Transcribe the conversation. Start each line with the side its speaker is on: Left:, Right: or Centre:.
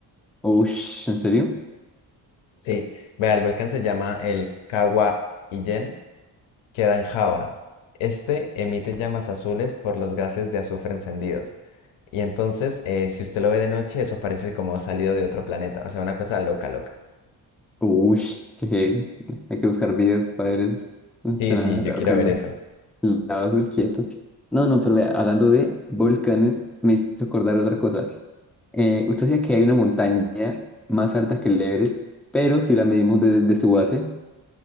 Centre: uy, ¿en serio?
Left: Sí, vea, el volcán se llama el Kawa Ijen, queda en Java. Este emite llamas azules por los gases de azufre encendidos. Y entonces, eh, si usted lo ve de noche, eso parece como salido de otro planeta. O sea, una cosa loca, loca.
Centre: Uy, qué heavy. Hay que buscar videos para ver eso.
Left: Sí,
Centre: Suena
Left: sí, yo quiero
Centre: bacano.
Left: ver eso.
Centre: Lava azul quieto. No, no, pero vea, hablando de volcanes, me hizo acordar otra cosa. Eh, usted decía que hay una montaña más alta que el Everest, pero si la medimos desde su base,